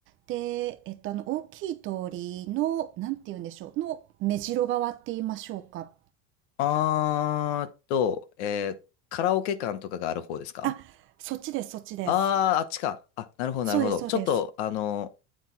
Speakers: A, on the right; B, on the left.
A: で、えっと、あの、大きい通りの、なんて言うんでしょう。の目白側って言いましょうか。
B: あーっと、えーカラオケ館とかがある方ですか
A: あ、そっちですそっちです。
B: あー、あっちか。あ、なるほど、
A: そうですそうです。
B: なるほど。ちょっと、あの